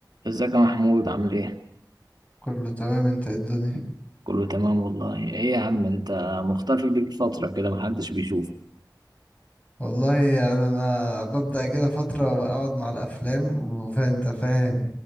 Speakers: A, on the right (about 65°); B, on the left (about 20°).
A: ازيك يا محمود عامل ايه؟
B: كله تمام انت ايه الدنيا
A: كله تمام والله ايه يا عم انت مختفي ليك فترة كده محدش بيشوفك
B: والله يعني انا ببدأ كده فترة بقعد مع الافلام وفانت فاهم